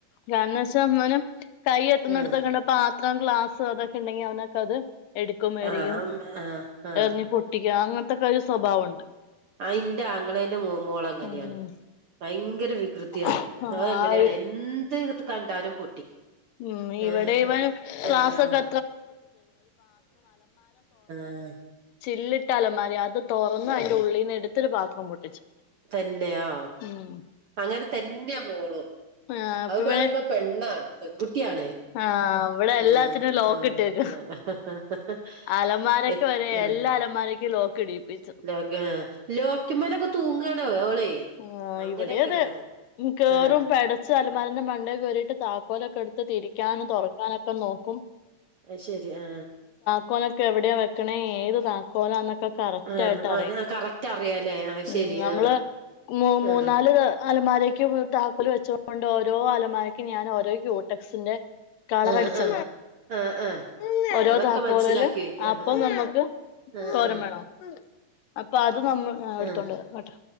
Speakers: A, on the left; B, on the right.
A: കാരണംച്ചാ അന്നേരം കയ്യേ എടുത്തൊന്നൊടത്തക്കണ്ട്
B: ആഹ്
A: പാത്രം ഗ്ലാസ് അതൊക്കെണ്ടെങ്കി അവനൊക്കെ അത് എടുക്കും. എറിയും.
B: ആഹ് ആഹ് ആഹ്
A: എറിഞ്ഞു പൊട്ടിക്ക അങ്ങത്തൊക്കെ ഒരു സ്വഭാവംണ്ട്.
B: ആ ഇന്റെ ആങ്ങളേൻ്റെ മോ മോളങ്ങനെയാണ്
A: ഉം
B: ഭയങ്ക ര വികൃത്യാണ്.
A: ആഹ്
B: അതങ്ങനെയാണ് എന്ത് കണ്ടാലും പൊട്ടിക്കും.
A: ഉം. ഇവിടേം
B: ഏഹ്
A: ഇവൻ ക്ലാസ്സൊക്കെ
B: ആഹ് ഉം <unintelligible>
A: ചില്ലിട്ട അലമാരി അത് തുറന്ന് അതിന്റെ ഉള്ളിൽന്ന് എടുത്തൊരു പാത്രം പൊട്ടിച്ചു
B: തന്നെയാ
A: ഉം
B: അങ്ങനെ തന്നെയാ മോളും
A: ആഹ് അപ്പ
B: അത്
A: ഇവൻ
B: പറുമ്പ പെണ്ണാണ് പെൺകുട്ടിയാണ്
A: ആഹ് ഇവിടെ
B: ആ
A: എല്ലാത്തിനും ലോക്ക്
B: ആ
A: ഇട്ടേക്കുവാ
B: ആ ഹ ഹ ഹ
A: അലമാരക്ക്
B: എ
A: വരെ
B: ആ
A: എല്ലാ അലമാരക്കും ലോക്ക് ഇടീപ്പിച്ചു
B: ലോ ലോക്കിമേലൊക്കെ തൂങ്ങണോ ഓളെ
A: ആ
B: അങ്ങനെയൊക്കെ
A: ഇവിടെ അതെ
B: ഒരു ആഹ്
A: കേറും
B: ആഹ്
A: പടച്ച് അലമാരന്റെ
B: ആഹ്
A: മണ്ട കേറിട്ട് താക്കോലൊക്കെ എടുത്ത് തിരിക്കാനും തുറക്കാനൊക്കെ നോക്കും
B: അതു ശരി ആ
A: ക്കോനൊക്കെ എവിടെയാ വെക്കണ ഏത് താക്കോലന്നൊ കറക്റ്റ്
B: ആഹ്
A: ആയിട്ട്
B: ഓനെ
A: അറിയാം
B: കറക്റ്റ് അറിയാലേ അത്
A: ഉം
B: ശരി
A: നമ്മള്
B: ആഹ്
A: മു
B: ആഹ്
A: മൂന്നാല് അലമാരക്ക് താക്കല് വെച്ചൊണ്ട് ഓരോ അലമാര ഞാൻ ഓരോ ക്യൂടെക്സിന്റെ കളർ
B: ആഹ്
A: അടിച്ച്
B: ആഹ് ആഹ് ആഹ്
A: <unintelligible> ഓരോ
B: അതൊക്കെ
A: താക്കോറില്
B: മനസ്സിലാക്കി വെക്ക ആഹ്
A: അപ്പം നമ്മുക്ക്
B: ആഹ്
A: തോരം
B: ആഹ്
A: വേണോ അപ്പൊ അത് നമ്മ എടുത്തോണ്ട്
B: ആഹ്
A: കേട്ടോ